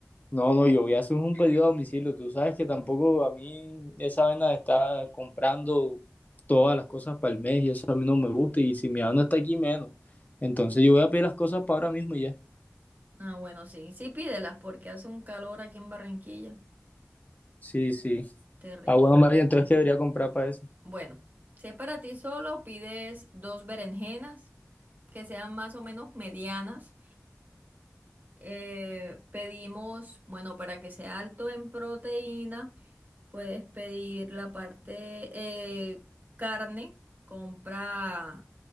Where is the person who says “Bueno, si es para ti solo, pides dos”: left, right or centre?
Right